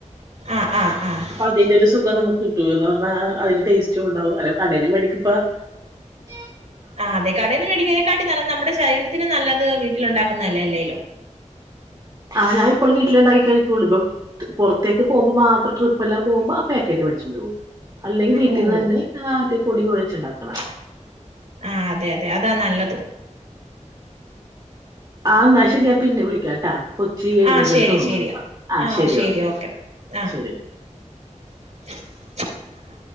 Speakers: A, on the right; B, on the right.
A: ആഹ് ആഹ് ആഹ്
B: അപ്പൊ അതിന്റെ ഒരു സുഖം നമുക്ക് നർ <unintelligible> ആ അതിന് ടേസ്റ്റും ഉണ്ടാവും അല്ലോ കടെന്ന് മേടിക്കുമ്പം <unintelligible>
A: ആ അതെ കടേന്ന് മേടിക്കണെക്കാട്ടി നല്ല നമ്മടെ ശരീരത്തിന് നല്ലത് വീട്ടിലുണ്ടാക്കുന്ന അല്ലെ അല്ലേലും
B: ആ ഞാ ഇപ്പളും വീട്ടിലെ ണ്ടാക്കി കഴിക്കൊള്ളേ. ഇപ്പം പൊർത്തേക്ക് പോവ്മ്പോ മാത്രം ട്രിപെല്ലാം പോവ്മ്പം ആ പേക്കറ്റ് മേട്ച്ചോണ്ട് പോകും. അല്ലെ വീട്ടീന്നന്നെ
A: ഓഹ്
B: ആഹ് റ്റ് പൊടി കൊഴച്ച് ണ്ടാക്കണ
A: അഹ് അതെ അതെ അതാ നല്ല <inaudible>
B: ആ എന്നാ ശരിയാ പിന്നെ വിളിക്കാംട്ടാ കൊച്ച് എഴുന്നേറ്റ്ന്ന്
A: ആ ശരി
B: തോന്നണ്
A: ശരിയാ
B: ആഹ
A: ആ
B: ശരി ഓക്കേ എന്നാ
A: ഓക്കെടാ ആ
B: ശരിയാ
A: <inaudible>